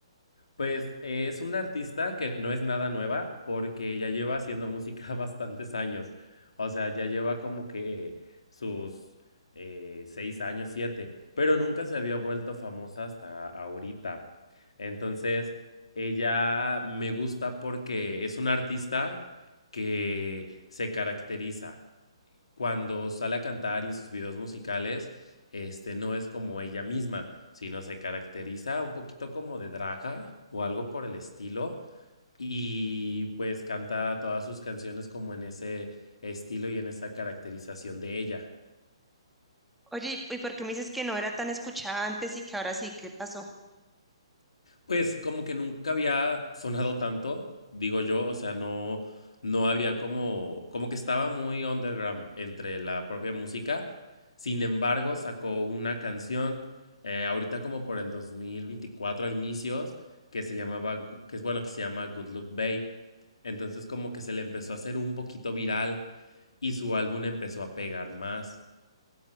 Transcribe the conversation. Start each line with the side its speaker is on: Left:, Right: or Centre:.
Left: Pues eh, es una artista que no es nada nueva porque ya lleva haciendo música <laughs> bastantes años. O sea, ya lleva como que eh, sus eh, seis años, siete, pero nunca se había vuelto famosa hasta ahorita. Entonces, ella me gusta porque es una artista que se caracteriza cuando sale a cantar y en sus videos musicales, este, no es como ella misma, sino se caracteriza un poquito como de draga o algo por el estilo. Y pues canta todas sus canciones como en ese estilo y en esa caracterización de ella.
Centre: Oye, ¿y y por qué me dices que no era tan escuchada antes y que ahora sí? ¿Qué pasó?
Left: Pues como que nunca había sonado tanto, digo yo, o sea, no, no había como, como que estaba muy underground entre la propia música. Sin embargo, sacó una canción eh, ahorita como por el 2024 a inicios que se llamaba, Gu- que es bueno, que se llama Good Luck Babe. Entonces como que se le empezó a hacer un poquito viral y su álbum empezó a pegar más.